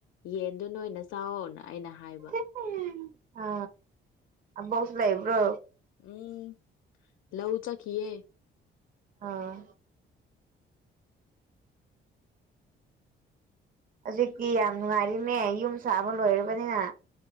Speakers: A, on the left; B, on the right.
A: ꯌꯦꯟꯗꯨ ꯅꯣꯏꯅ ꯆꯥꯋꯣꯅ ꯑꯩꯅ ꯍꯥꯏꯕ
B: ꯍꯩ <unintelligible> ꯑ ꯑꯕꯣꯛꯁꯨ ꯂꯩꯕ꯭ꯔꯣ
A: ꯎꯝ ꯂꯧ ꯆꯠꯈꯤꯌꯦ
B: ꯑꯥ ꯍꯧꯖꯤꯛꯇꯤ ꯌꯥꯝ ꯅꯨꯡꯉꯥꯏꯔꯤꯅꯦ ꯌꯨꯝ ꯁꯥꯕ ꯂꯣꯏꯔꯕꯅꯤꯅ꯫